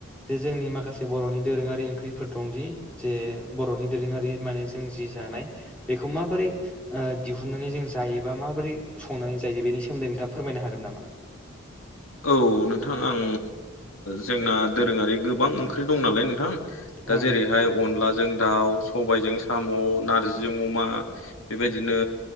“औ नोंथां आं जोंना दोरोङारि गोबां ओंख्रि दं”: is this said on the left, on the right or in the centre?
Left